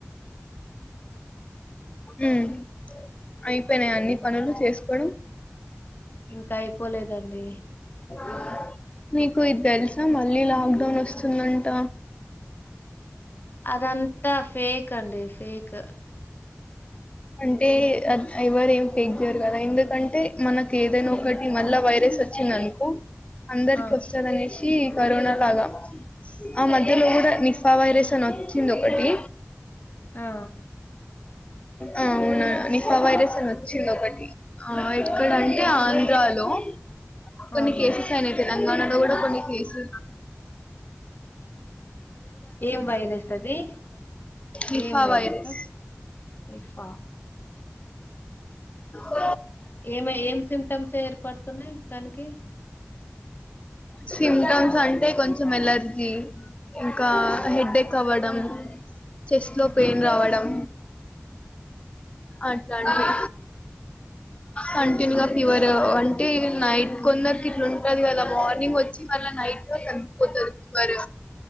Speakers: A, on the left; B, on the left.
A: మ్మ్. అయిపోయినాయి అన్ని పనులు చేసుకోవడం
B: ఇంకా అయిపోలేదండి
A: అ మీకు ఇది తెలుసా మళ్ళీ లాక్ డౌన్ వస్తుందంట
B: అదంతా ఫేక్ అండి ఫేక్
A: అంటే ఎవరు ఏం పెంచరు కదా ఎందుకంటే మనకి ఏదైనా ఒకటి మళ్ళా వైరస్ వచ్చిందనుకో అందరికి
B: ఆ
A: వస్తదనేసి ఇ కరోనా లాగా ఆ మధ్యలో కూడా నిఫా వైరస్ అని వ వచ్చింది ఒకటి
B: ఆ
A: ఆ అవును నిఫా వైరస్ అని వచ్చింది ఒకటి ఆ ఇక్కడంటే ఆంధ్రాలో కొన్ని
B: ఆహా
A: కేసెస్ అయినాయి తెలంగాణలో కూడా కొన్ని కేసు
B: ఏం వైరస్ అది
A: నిఫా
B: ఏం వైరసు
A: వైరస్.
B: ప
A: ఆ
B: ఏమే ఏం సిమ్టమ్స్ ఏర్పడుతున్నాయి దానికి
A: సిమ్టమ్స్ అంటే కొంచెం ఎలర్జీ ఇంకా
B: ఆ
A: హెడేక్ అవ్వడం చెస్ట్ లో పెయిన్ రావడం అట్లాంటివి కంటిన్యూగా
B: అవునా
A: ఫీవర్ అంటే నైట్ కొందరికి ఇట్లు ఉంటది కదా మార్నింగ్ వచ్చి మళ్ళ నైట్ తగ్గిపొతది ఫివర్